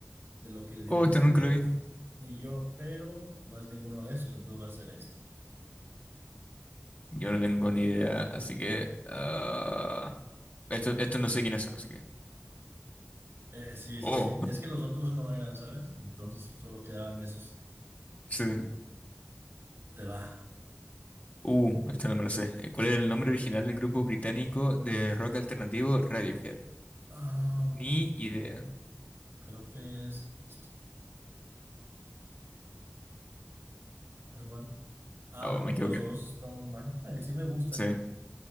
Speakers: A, on the right; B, on the left.
A: de lo que el viento
B: Oh, esta
A: se
B: nunca
A: llevó?
B: lo vi.
A: Ni yo, pero no es ninguno de esos, entonces va a ser este.
B: Yo no tengo ni idea, así que... ah, esto, esto no sé quiénes son, así que...
A: Eh, sí, sí,
B: Oh,
A: sí. Es que los otros no eran, ¿sabes? Entonces solo quedaban esos.
B: sí.
A: Te va.
B: Uh, esto no me lo sé. ¿Cuál era el nombre original del grupo británico de rock alternativo Radiohead?
A: Ah,
B: Ni idea.
A: creo que es este. Es bueno. Ah,
B: Oh, me equivoqué.
A: los dos estamos mal. Ay, sí me gusta.
B: Sí.